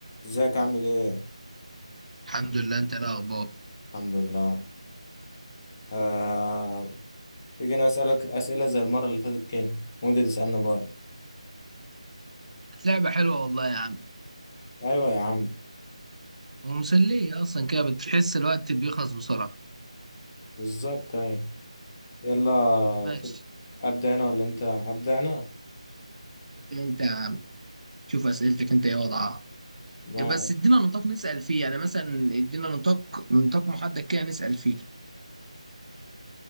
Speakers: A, on the left (about 25°); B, on the right (about 80°).
A: ازيك عامل ايه؟
B: الحمد لله انت ايه الاخبار
A: الحمد لله آه... تيجي انا اسألك اسئلة زي المرة اللي فاتت كده وانت تسألني برضه
B: كانت لعبة حلوة والله يا عم
A: ايوه يا عم
B: ومسلية اصلا كده بتحس الوقت بيخلص بسرعة
A: بالظبط ايوه يلا
B: ماشي
A: ت- ابدأ انا ولا انت؟ ابدأ انا؟
B: انت انت شوف اسئلتك انت ايه وضعها
A: ماشي
B: إيه بس ادينا نطاق نسأل فيه يعني مثلا ادينا نطاق نطاق محدد كده نسأل فيه